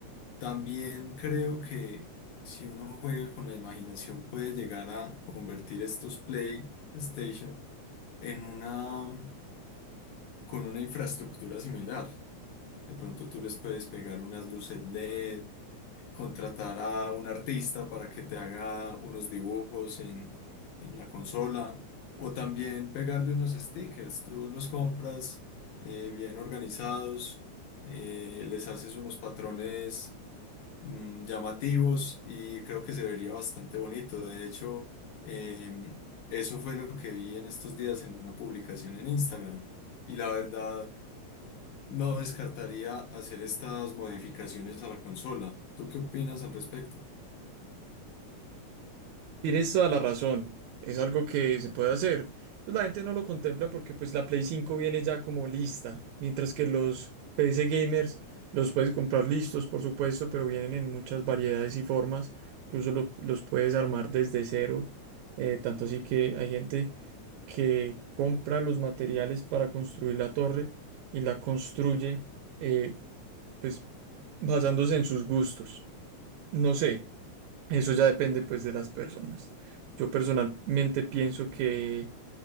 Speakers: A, on the left; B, on the right.
A: también creo que si uno juega con la imaginación puede llegar a convertir estos PlayStation en una, con una infraestructura similar. De pronto tú les puedes pegar unas luces LED, contratar a un artista para que te haga unos dibujos en, en la consola o también pegarle unos stickers. Tú los compras eh, bien organizados, eh, les haces unos patrones mm, llamativos y creo que se vería bastante bonito. De hecho, em, eso fue lo que vi en estos días en una publicación en Instagram y la verdad... No descartaría hacer estas modificaciones a la consola. ¿Tú qué opinas al respecto?
B: Tienes toda la razón. Es algo que se puede hacer. Pues la gente no lo contempla porque pues la Play 5 viene ya como lista, mientras que los PC gamers los puedes comprar listos, por supuesto, pero vienen en muchas variedades y formas. Incluso lo- los puedes armar desde cero. Eh, tanto así que hay gente que compra los materiales para construir la torre y la construye. eh, pues basándose en sus gustos. No sé, eso ya depende pues de las personas. Yo personalmente pienso que